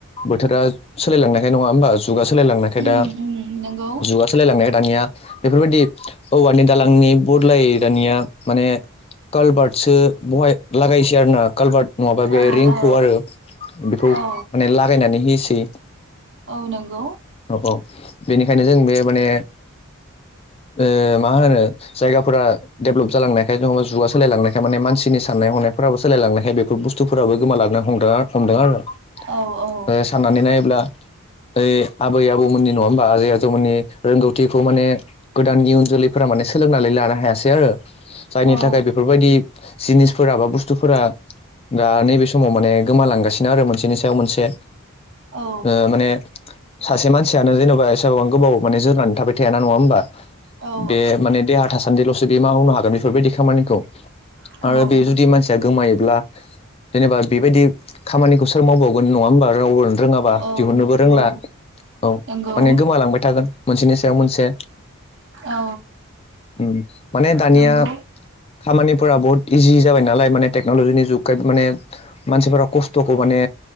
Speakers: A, on the left; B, on the right.
A: बोथोरा सोलायलांनायखाय नङा होमबा! जुगा सोलायलांनायखाय
B: उम
A: दा
B: उम नंगौ
A: जुगा सोलायलांनायखाय दानिया बेफोरबायदि औवानि दालांनि बद्लायै दानिया माने कालभार्टसो बहाय लागायसै आरो ना कालभार्ट नङाबा बे
B: औ
A: रिंखौ
B: औ
A: आरो बेखौ माने
B: औ
A: लागायनानै होयोसै।
B: औ नंगौ।
A: औ औ बेनिखायनो जों बे माने ओ मा होनो जायगाफोरा डेभेलप जालांनायखाय नङाबा जुगा सोलायलांनायखाय माने मानसिनि साननाय हनाय फोराबो सोलायलांनायखाय बेफोर बुस्थुफोराबो गोमालांनो हमदों हमदों आरो।
B: औ औ
A: ओ साननानै नायोब्ला बै आबै आबौमोननि नङा होमबा आबजै आजौमोननि रोंगौथिखौ माने गोदाननि इयुन जोलैफोरा माने सोलोंनानै लानो हायासै आरो। जायनि
B: औ
A: थाखाय बेफोरबायदि जिनिसफोरा बा बुस्थुफोरा दा नैबे समाव माने गोमालांगासि नो आरो मोनसेनि सायाव मोनसे।
B: औ
A: ओ माने सासे मानसियानो जेन'बा गोबां गोबाव माने जोरनानै थाबाय थाया ना नङा होमबा?
B: औ
A: बे माने देहा थासान्दिल' सो बे मावनो हागोन बेफोरबादि खामानिखौ।
B: औ
A: आरो बे जुदि मानसिया गोमायो जेनेबा बेबायदि खामानिखौ सोर मावबावगोन नङा होम बा रावबो आनो रोङाबा
B: औ
A: दिहुननोबो रोंला।
B: औ
A: औ
B: नंगौ
A: माने गोमालांबाय थागोन मोनसेनि सायाव मोनसे।
B: औ
A: उम माने दानिया
B: नंगौ
A: खामानिफोरा बहुत इजि जाबाय नाल माने टक्नलजिनि जुग खाय माने मानसिफोरा खस्थ'खौ माने